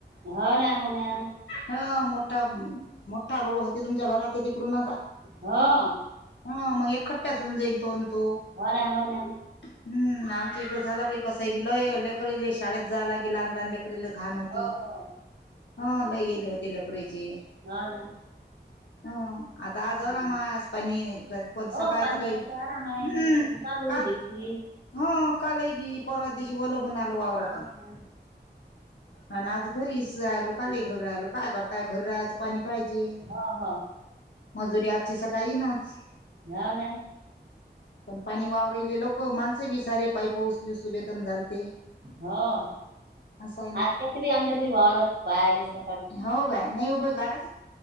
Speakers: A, on the right (about 65°); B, on the left (about 85°).
A: हो ना हो ना.
B: हा मोठा मोठा रोड होते तुमच्या घराच्या तिकडून आता.
A: हो.
B: हा मग एकखट्ट्याच हून जाईन तो तो.
A: हो ना हो ना
B: हम्म आम इकडे झाला बाई कसाय बी लय लेकराले शाळेत जा लागे लहान लहान लेक <unintelligible> घाण होती
A: हो हो
B: हा लय हेले होते लेकरायचे.
A: हो ना
B: हं. आता आजारामास
A: हम्म.
B: पाणी <unintelligible> पण
A: हो
B: सकाळत
A: पाणी
B: काही.
A: यायचा आराम आहे
B: हम्म
A: नाहीतर मग चालू
B: काल
A: ड्युटी.
B: हो कालय बी. परवा दिवशी ओले होऊन आलो वावरातून
A: हो ना
B: आणि आज घरीच राहिलो काले घरी राहिलो काय करताय घरी राहायचं पाणी पाहिजे
A: हं, हं.
B: मजुरी आजची सकाळी नाच.
A: हो ना.
B: पण पाणी वावरले लोक माणसे बी सारे पाईप उचलू उचलू बेदम झाली.
A: हम्म
B: असं आहे ना
A: आज कती बि आमच्या घरी वावरात <unintelligible>
B: हो बाय नाही वो बाई गार